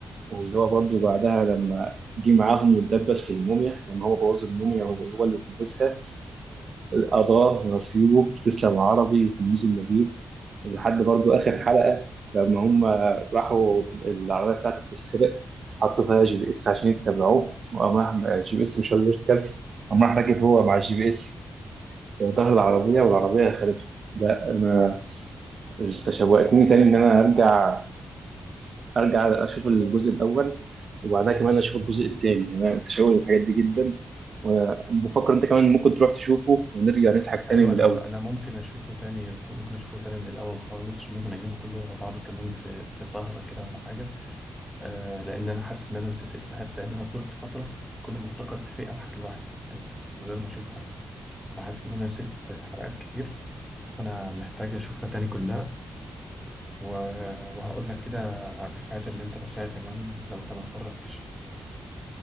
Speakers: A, on the right (about 65°); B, in the centre.
A: واللي هو برضه بعدها لما جه معاهم واتدبس في الموميا لما هو بوظ الموميا وهو اللي لبسها قضاه نصيبه تسلم يا عربي تلميذ النجيب لحد برضو آخر حلقة لما هم راحوا العربية بتاعته بتتسرق حطوا فيها جي بي إس عشان يتبعوه وقام راح الجي بي إس مش قادر يركب قام راح راكب هو مع الجي بي إس في ظهر العربية والعربية خدته ده أنا تشوقتني تاني إن أنا أرجع أرجع أشوف الجزء الأول وبعدها كمان أشوف الجزء التاني يعني أنا متشوق للحاجات دي جدا وبفكر أنت كمان ممكن تروح تشوفه ونرجع نضحك تاني
B: أيوة
A: من
B: أنا
A: الأول.
B: أنا ممكن أشوفه تاني ممكن أشوفه تاني من الأول خالص ممكن أجيبه كله ورا بعضه كمان في في سهرة كده ولا حاجة آه لان انا حاسس ان انا نسيت افيهات لان انا فضلت فتره كل ما افتكر افيه اضحك لوحدي يعني من غير ما اشوف حد حاسس ان انا نسيت حلقات كتير انا محتاج اشوفها تاني كلها و... وهقول لك كده على الافيهات اللي انت نساها كمان لو انت ما اتفرجتش